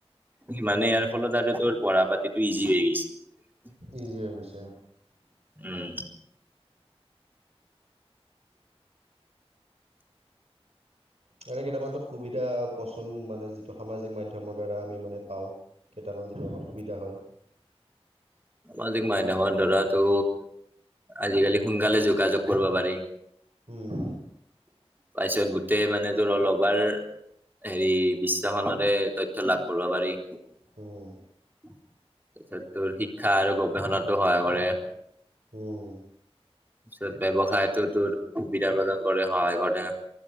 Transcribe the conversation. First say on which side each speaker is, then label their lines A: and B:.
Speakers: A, on the right; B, on the right.
A: মানে ইয়াৰ ফলত আৰু তোৰ পঢ়া পাতিটো ইজি হৈ গৈছে,
B: ইজি হৈ গৈছে
A: উম
B: তাৰে কেইটামান তাই সুবিধা কচোন মানে যিটো সামাজিক মাধ্যমৰ দ্বাৰা আমি মানে পাওঁ? টাকৈ যিটো আমাৰ সুবিধা হয়।
A: সামাজিক মাধ্যমৰ ধৰাটো আজিকালি সোনকালে যোগাযোগ কৰিব পাৰি,
B: উম',
A: তাৰপিছত গোটেই মানে তোৰ লবাৰ হেৰি বিশ্বাসনতে তথ্য লাভ কৰিব পাৰি। তাৰপিছত
B: উম,
A: তোৰ শিক্ষা আৰু গৱেষণাটো হয় মানে
B: উম,
A: তাৰপিছত ব্যৱসায়ত তোৰ সুবিধা প্ৰদান কৰে সহায় কৰে।